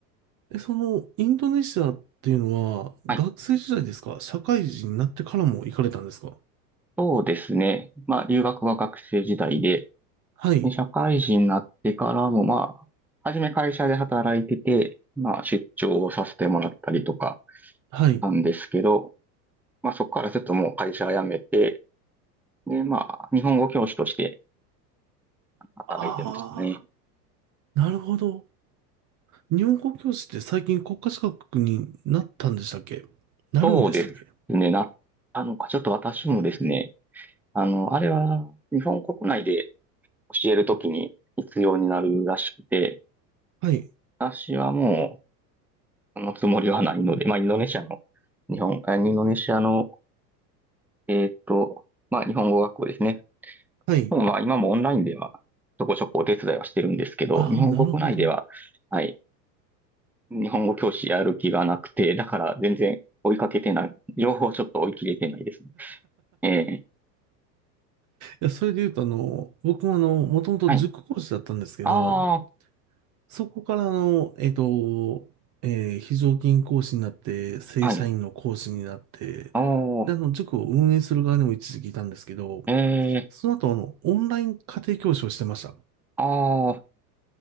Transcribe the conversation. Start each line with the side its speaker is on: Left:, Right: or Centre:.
Right: え、その、インドネシアっていうのは、
Centre: はい。
Right: 学生時代ですか社会人になってからも行かれたんですか
Centre: そうですね。まあ、留学は学生時代で、
Right: はい、
Centre: で社会人になってからも、まあ、初め会社で働いてて、まあ、出張をさせてもらったりとか
Right: はい。
Centre: なんですけど、まあ、そこからずっともう会社辞めて、で、まあ、日本語教師として働いてましたね。
Right: ああ、なるほど。日本語教師って最近国家資格になったんでしたっけなるんでしたっけ
Centre: そうですね。な、あの、ちょっと私もですね、あの、あれは、日本国内で教えるときに必要になるらしくて、
Right: はい、
Centre: 私はもう、そのつもりはないので、まあ、インドネシアの、日本、あインドネシアのえーっと、まあ、日本語学校ですね。
Right: はい。
Centre: 日本は今もオンラインでは、ちょこちょこお手伝いはしてるんですけど、
Right: ああ、
Centre: 日本国内では、
Right: なるほど。
Centre: はい、日本語教師やる気がなくて、だから全然追いかけてない、情報をちょっと追い切れてないですね。えー、
Right: いや、それで言うと、あの、僕もあの、もともと塾講師だったんですけど、
Centre: はい。あ
Right: そこからあの、えっと、えー非常勤講師になって、正社員の講師になって、
Centre: あ、はい。おー、
Right: で、あの、塾を運営する側にも一時期いたんですけど、
Centre: えー、
Right: その後、あの、オンライン家庭教師をしてました。
Centre: ああ、